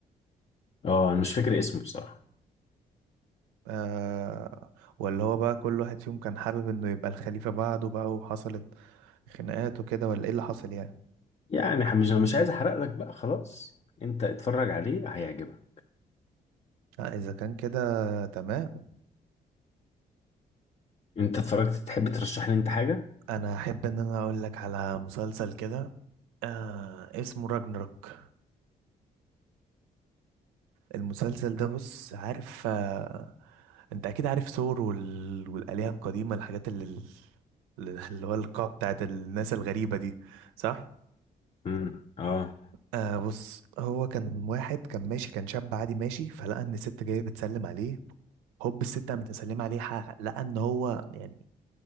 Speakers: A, on the left (about 30°); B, on the right (about 80°).
A: اه أنا مش فاكر اسمه بصراحة
B: آه ولا هو بقى كل واحد فيهم كان حابب انه يبقى الخليفة بعده بقى وحصلت خناقات وكده ولا ايه اللي حصل يعني
A: يعني ح- مش مش عايز احرق لك بقى خلاص انت اتفرج عليه هيعجبك
B: لا اذا كان كده تمام
A: انت اتفرجت تحب ترشح لي انت حاجه
B: انا احب ان انا اقول لك على مسلسل كده آه اسمه راجنروك المسلسل ده بص عارف آه انت اكيد عارف ثور وال... والآلهة القديمة الحاجات اللي اللي هو القاع بتاعت الناس الغريبة دي صح
A: امم اه
B: آه بص هو كان واحد كان ماشي كان شاب عادي ماشي فلقى ان الست جايه بتسلم عليه هوب الست قامت مسلمه عليه حق لقى ان هو يعني